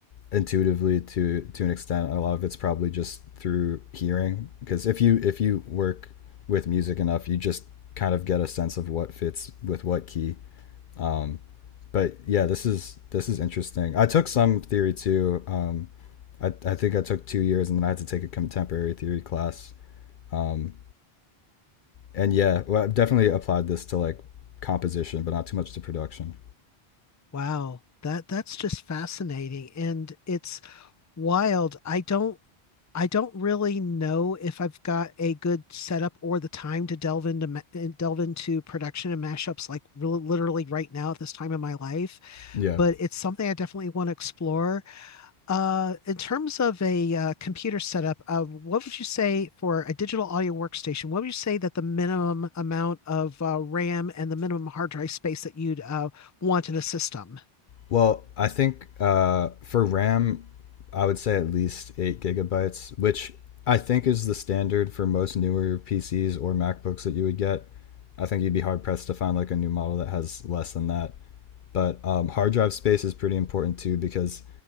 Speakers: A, on the left; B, on the left.
A: intuitively to to an extent, and a lot of it's probably just through hearing because if you if you work with music enough, you just kind of get a sense of what fits with what key. Um, but yeah, this is this is interesting. I took some theory too. Um, I I think I took two years, and then I had to take a contemporary theory class. Um, and yeah, well, I've definitely applied this to like composition, but not too much to production.
B: Wow. That that's just fascinating and it's wild. I don't I don't really know if I've got a good setup or the time to delve into ma- and delve into production and mashups like real literally right now at this time in my life,
A: Yeah.
B: but it's something I definitely want to explore. Uh, in terms of a uh, computer setup, uh, what would you say for a digital audio workstation? What would you say that the minimum amount of uh, RAM and the minimum hard drive space that you'd uh, want in a system?
A: Well, I think uh, for RAM, I would say at least eight gigabytes, which I think is the standard for most newer PCs or MacBooks that you would get. I think you'd be hard pressed to find like a new model that has less than that. But um, hard drive space is pretty important too because